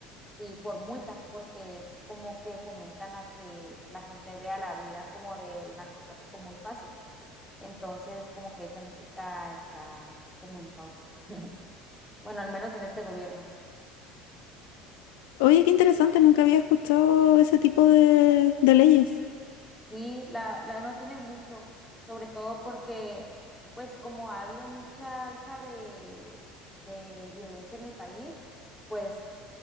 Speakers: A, in the centre; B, on the left (about 90°).
A: Sí, por multa, porque es como que fomentan a que la gente vea la vida como del narcotráfico muy fácil. Entonces, como que esa música está como en pausa. Bueno, al menos en este gobierno.
B: Oye, qué interesante, nunca había escuchado ese tipo de, de leyes.
A: Sí, la, la no tiene mucho, sobre todo porque, pues como ha habido mucha alza de, de violencia en el país, pues